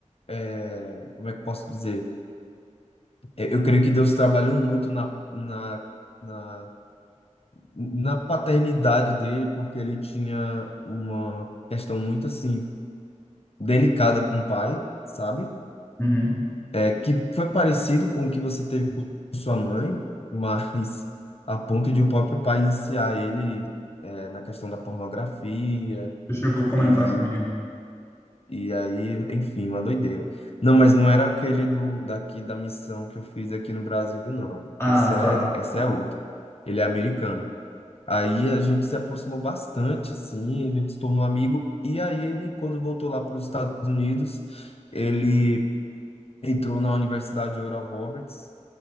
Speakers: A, on the left; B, on the left.
A: é, como é que eu posso dizer? É, Eu creio que Deus trabalhou muito na, na, na, na paternidade dele, porque ele tinha uma questão muito assim delicada com o pai, sabe?
B: Uhum.
A: É, que foi parecido com o que você teve com sua mãe, mas a ponto de o próprio pai iniciar ele é, na questão da pornografia
B: Tu chegou a comentar
A: e,
B: comigo.
A: e aí, enfim, uma doideira. Não, mas não era aquele do daqui da missão que eu fiz aqui no Brasil, não.
B: Ah,
A: Esse é,
B: tá.
A: esse é outro. Ele é americano. Aí a gente se aproximou bastante, assim, a gente se tornou amigo. E aí ele, quando voltou lá para os Estados Unidos, ele entrou na Universidade Oral Roberts